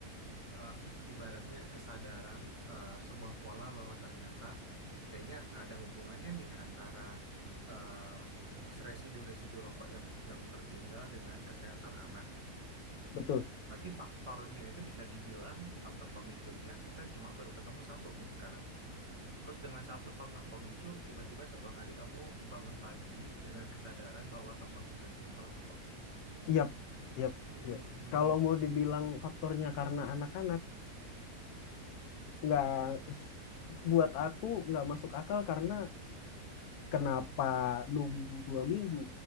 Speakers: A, on the right; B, on the left.
A: eh, ibaratnya kesadaran eh, sebuah pola bahwa ternyata kayaknya ada hubungannya nih antara eh, residu-residu rokok yang yang tertinggal dengan kesehatan anak.
B: betul
A: Berarti faktornya itu bisa dibilang faktor pemicunya kita cuma baru ketemu satu nih sekarang. Terus dengan satu faktor pemicu, tiba-tiba satu hari kamu bangun pagi dengan kesadaran bahwa kamu harus berhenti merokok.
B: iya iya
A: Hmm,
B: iya kalau mau dibilang faktornya karena anak-anak nggak s- buat aku nggak masuk akal karena Kenapa nunggu dua minggu?